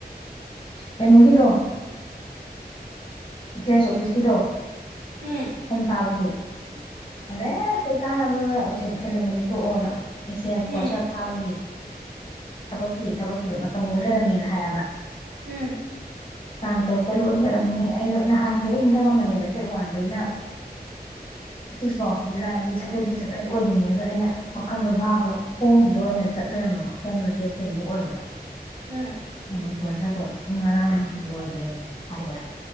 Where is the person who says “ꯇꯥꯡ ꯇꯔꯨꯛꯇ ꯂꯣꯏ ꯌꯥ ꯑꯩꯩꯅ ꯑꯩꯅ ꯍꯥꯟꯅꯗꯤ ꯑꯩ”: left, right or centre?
Left